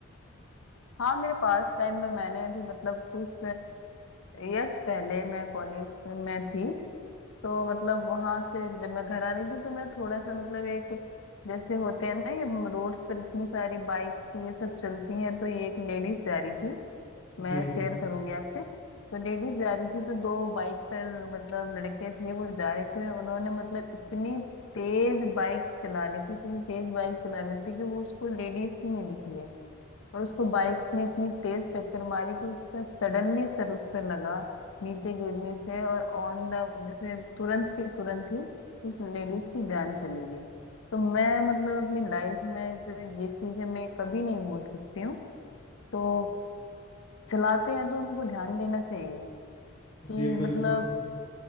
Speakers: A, on the left; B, on the left.
A: हाँ मेरे पास टाइम में मैंने अभी मतलब कुछ ईयर्स पहले मैं कॉलेज में थी तो मतलब वहां से जब मैं घर आ रही थी तो मैं थोड़ा सा मतलब एक जैसे होते हैं ना ये रोड्स पर इतनी सारी बाइक ये सब चलती हैं तो ये एक लेडीज जा रही थी मैं
B: जी
A: शेयर
B: जी
A: करूंगी आपसे तो लेडीज जा रही थी तो दो बाइक पर मतलब लड़के थे वो जा रहे थे उन्होंने मतलब इतनी तेज बाइक चला रही थी इतनी तेज बाइक चला रही थी कि वो उसको लेडीज ही नहीं दिखी है और उसको बाइक ने इतनी तेज टक्कर मारी कि उसका सडनली सर उस पे लगा नीचे गिरने से और ऑन द जैसे तुरंत के तुरंत ही उस लेडीज की जान चली गई तो मैं मतलब अपनी लाइफ में जो ये चीजें मैं कभी नहीं भूल सकती हूँ तो चलाते हैं तो उनको ध्यान देना चाहिए कि
B: जी बिल्कुल
A: मतलब